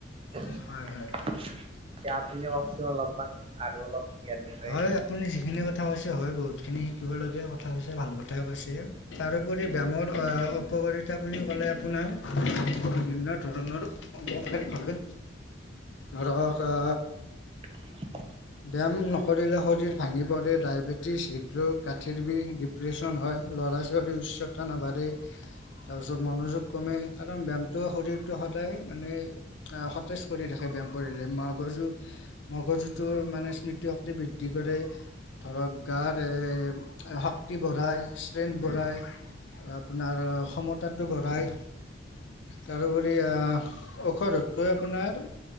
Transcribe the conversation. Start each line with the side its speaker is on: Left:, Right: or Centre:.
Right: এতিয়া
Left: হয় হয়
Right: আপুনি কওকচোন অলপমান আৰু অলপ। ইয়াৰ বিষয়ে।
Left: হয় আপুনি যিখিনি কথা কৈছে হয় বহুতখিনি শিকিবলগীয়া কথা কৈছে ভাল কথাই কৈছে। তাৰোপৰি ব্যায়ামৰ অঁ উপকাৰিতা বুলি ক'লে আপোনাৰ বিভিন্ন ধৰণৰ অবকেশ হয়। ধৰক অ
Right: <inaudible>
Left: ব্যায়াম ন শৰীৰে শৰীৰ ভাঙি পৰে, ডায়েবেটিছ, হৃদৰোগ, গাঁঠিৰ বিষ, ডিপ্ৰেশ্যন হয়, ল'ৰা-ছোৱালী উচ্চ তা নাবাঢ়ে, তাৰপিছত মনোযোগ কমে কাৰণ ব্যায়ামটো শৰীৰটো সদায় মানে এ সতেজ কৰি ৰাখে ব্যায়াম কৰিলে, মগৰজু মগৰজুটোৰ মানে স্মৃতি শ ক্তি বৃদ্ধি কৰে, ধৰক গাত এ এ শক শক্তি বঢ়ায়, ষ্ট্ৰেংথ বঢ়ায়, আপোনাৰ সমতাটো বঢ়ায় তাৰোপৰি আহ ঔষধতকৈ আপোনাৰ